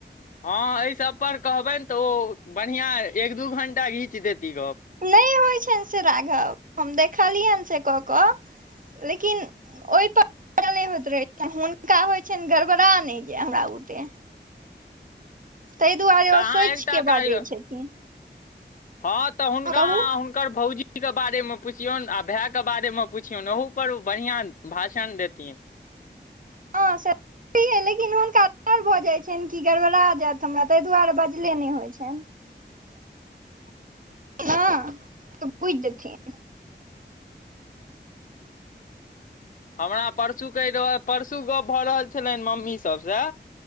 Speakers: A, on the left (about 45°); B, on the right (about 45°).
A: हँ एहि सभपर कहबनि त ओ बढ़िया एक दू घंटा घीचि देती गप
B: नै होइ छनि से राघव, हम देखलियैन से क क लेकिन ओहिपर नहि होइत रहै छ हुनका होइ छनि गड़बड़ा नहि जे हमरा बुते तै दुआरे
A: तऽ
B: ओ
A: अहाँ
B: सोचि
A: एकटा
B: के
A: काज
B: बाजै छथिन।
A: हँ त हुनका
B: कहू
A: अहां, हुनकर भौजी जीके बारेमे पुछियौन आ भायके बारेमे पुछियौन ओहूपर ओ बढ़िआँ भाषण देथिन
B: हँ ह लेकिन हुनक <unintelligible> छै न कि गड़बड़ा जायत हमरा तै दुआरे बजले नै होइ छनि। हं त बुझि जेथिन।
A: हमरा परसू कहि रहय, परसू गप भ रहल छलैन मम्मी सभसे